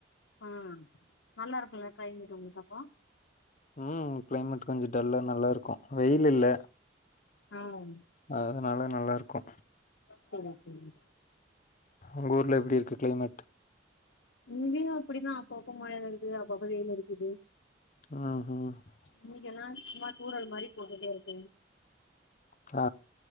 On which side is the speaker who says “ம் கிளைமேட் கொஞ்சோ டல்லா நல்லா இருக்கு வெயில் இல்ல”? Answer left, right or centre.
Left